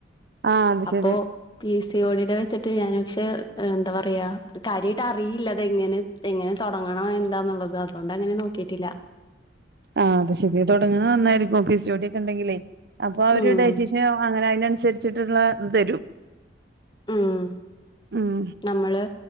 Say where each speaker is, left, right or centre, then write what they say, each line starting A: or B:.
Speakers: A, on the right; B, on the left.
A: ആഹ് അത്
B: അപ്പോ
A: ശരി
B: പി സി ഓടിയടെ വെച്ചിട്ട് ഞൻ പക്ഷെ എന്താ പറയാ കാര്യയിട്ട് അറിയില്ലതെങ്ങനെ എങ്ങനെ തുടങ്ങണോ എന്താന്നുള്ളത് അതുകൊണ്ട് അങ്ങനെ നോക്കിട്ടില്ല
A: ആഹ് അത് ശരി തുടങ്ങുന്ന നന്നായിരിക്കും പി സി ഓടിയ ഒക്കെ ഉണ്ടെങ്കിലേ അപ്പൊ അവര്
B: ഉം
A: ഡയറ്റീഷ്യൻ അങ്ങനെ അതിനനുസരിച്ചിട്ടുള്ളത് തരും
B: ഉം
A: ഉം
B: നമ്മള്